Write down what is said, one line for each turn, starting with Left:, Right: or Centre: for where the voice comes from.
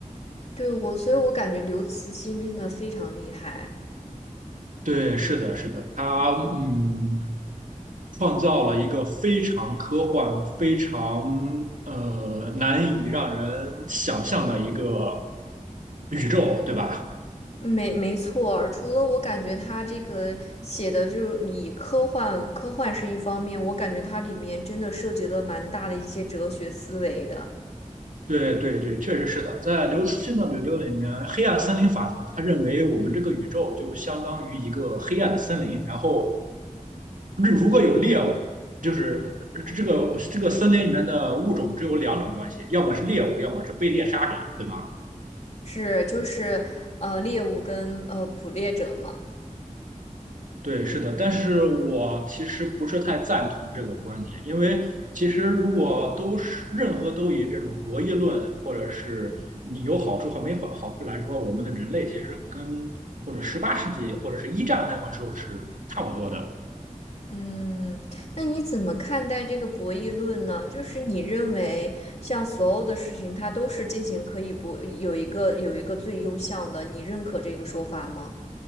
Left: 对，我，所以我感觉刘慈欣真的非常厉害。
Right: 对，是的，是的，它，嗯。创造了一个非常科幻、非常呃难以让人想象的一个宇宙，对吧？
Left: 没，没错儿除了我感觉他这个写的就是以科幻，科幻是一方面，我感觉它里面真的涉及了蛮大的一些哲学思维的。
Right: 对对对，确实是的。在刘慈欣的《柳柳》里面，黑暗森林法则，他认为我们这个宇宙就相当于一个黑暗的森林，然后日如果有猎物，就是这个这个森林里面的物种只有两种关系，要么是猎物，要么是被猎杀者，对吧？
Left: 是，就是，呃，猎物跟呃捕猎者嘛。
Right: 对，是的，但是我其实不是太赞同这个观点，因为其实如果都是任何都以这种博弈论，或者是你有好处和没好好处来说，我们的人类其实跟或者十八世纪或者是一战那个时候是差不多的。
Left: 嗯，那你怎么看待这个博弈论呢？就是你认为，像所有的事情，它都是进行可以博，有一个有一个最优项的，你认可这个说法吗？